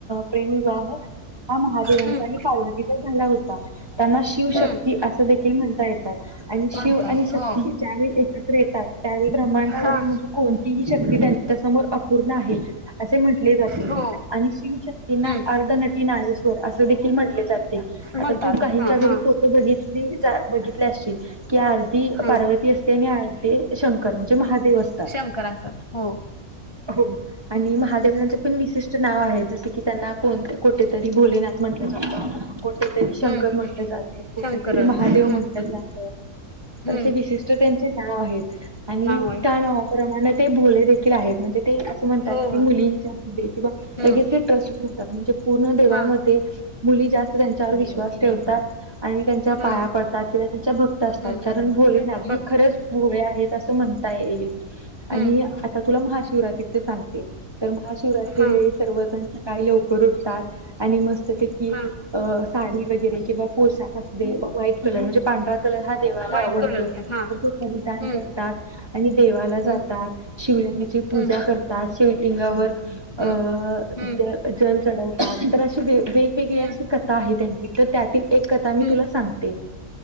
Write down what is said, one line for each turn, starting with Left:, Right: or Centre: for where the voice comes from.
Right: प्रेम विवाह हा महादेवांचा
Left: हम्म
Right: आणि पार्वती तर झाला होता, त्यांना शिवशक्ती
Left: हम्म
Right: असं देखील म्हणता येतात. आणि शिव
Left: म्हणतात
Right: आणि शक्ती
Left: हो
Right: ज्यावेळी एकत्र येतात त्यावेळी ब्रह्मांडावरील
Left: हा
Right: म्हणजे कोण तीही शक्ती त्यांच्यासमोर अपूर्ण आहे, असे म्हटले जाते.
Left: हो
Right: आणि शिव शक्तींना
Left: हम्म
Right: अर्ध नटी ना्नेश्वर असे देखील म्हटले जाते. आता
Left: म्हणतात
Right: तू काहीच्या
Left: हा
Right: घरी
Left: हा
Right: फोटो बघितली बघितले असशील की अर ती
Left: हा
Right: पार्वती असते आणि आ ते शंकर म्हणजे महादेव असतात.
Left: शंकर असतात हो
Right: हो आणि महादेवनाचे पण विशिष्ट नाव आहे जस की त्यांना कोण कोठेतर भोलेनाथ म्हणलं जातं को कुठेतरी शंकर
Left: हम्म
Right: म्हंटलं जातं कुठेतरी
Left: शंकर
Right: महादेव
Left: हम्म
Right: म्हटलं जातं
Left: हम्म
Right: ते विशिष्ट त्यांचे नाव आहेत. आणि
Left: नाव आहे
Right: त्या नावाप्रमाणे ते भोले देखील आहे म्हणजे ते अस म्हणतात
Left: हो
Right: की
Left: हो
Right: मुलींच्या हस्ते व
Left: हम्म
Right: लगेच ट्रस्टच म्हणजे पूर्ण जीवनामध्ये
Left: हा
Right: मुली जास्त त्यांच्यावर विश्वास ठेवतात आणि त्या च्या
Left: हम्म
Right: पाया पडतात किंवा त्यांच्या भक्त असतात,
Left: हम्म
Right: कारण भोलेनाथ
Left: बघते
Right: हे खरंच भोळे आहेत असं म्हणता येईल. आणि
Left: हम्म
Right: आता तुला महाशिवरात्रीच सांगते तर महाशिवरात्री
Left: हा
Right: वेळी सर्वजण सकाळी लवकर उठतात आणि मस्तपैकी
Left: हा
Right: अ साडी वगैरे किंवा पोशाख असुदे व्हाईट कलर म्हणजे पांढर कलर हा देवाला
Left: व्हाईट
Right: आवडतो
Left: कलरचा हा
Right: तर तो परिधान
Left: हम्म
Right: करतात. आणि देवाला जातात
Left: हम्म
Right: शिवलिंगची पूजा
Left: हम्म
Right: कर तात. शिवलिंगावर
Left: हम्म
Right: अ
Left: हम्म
Right: जल चढवतात तर अशी वेगवेग वेगळी
Left: हम्म
Right: अशी कथा आहे त्यांची तर त्यातील एक कथा मी
Left: हम्म
Right: तुला सांगते.